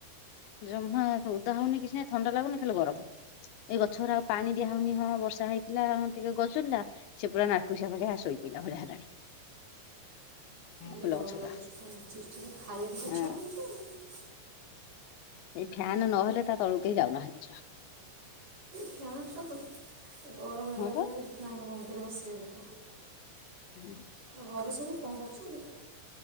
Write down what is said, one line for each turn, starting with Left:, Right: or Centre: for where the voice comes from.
Left: ଜମା ଉଦା ହଉନି କିଛି ନାହିଁ ଥଣ୍ଡା ଲାଗୁନି ଖାଲି ଗରମ। ଏଇ ଗଛ ଗୁରା ପାଣି ଦିଆହଉନି ହଁ ବର୍ଷା ହେଇଥିଲା ହଁ ଟିକେ ଗଜୁରିଲା। ସେ ପୁରା ନାରକୁଶଆ ଭଳିଆ ଶୋଇ ପଇଲା ଭଳିଆ ହେଲାଣି।
Right: ଭାରି
Left: ଫୁଲ
Right: ଗରମ
Left: ଗଛଗୁରା
Right: ଲାଗୁଚି କୁହନି ଚିଡ଼ଚିଡା ଖାଇବାକୁ ତ
Left: ହଁ।
Right: ଇଛା ହଉନି କିଛି ଆଉ।
Left: ଏଇ ଫ୍ୟାନ ନହେଲେ ତା ତଳୁକୁ କେହି ଯାଉନାହାନ୍ତି ଛୁଆ।
Right: ଫ୍ୟାନ୍ ତ ହ ହଁ ଗରମ ହେଲାଭଳିଆ
Left: ହଁ ପା।
Right: ହଉଚି ଫ୍ୟାନ୍ ବନ୍ଦ କରି ବସିବେ ଲୋକ।
Left: ଉଁ।
Right: ଆଉ ଘରେ ସବୁ କଣ କରୁଚନ୍ତି?